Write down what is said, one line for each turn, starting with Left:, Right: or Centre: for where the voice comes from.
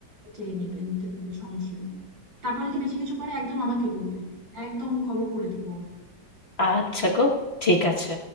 Right: চেয়ে নিবে নিতে পারবে সমস্যা নেই তারপর যদি বেশি কিছু করে একদম আমাকে বলবে একদম খবর করে দিব
Left: আচ্ছা গো ঠিক আছে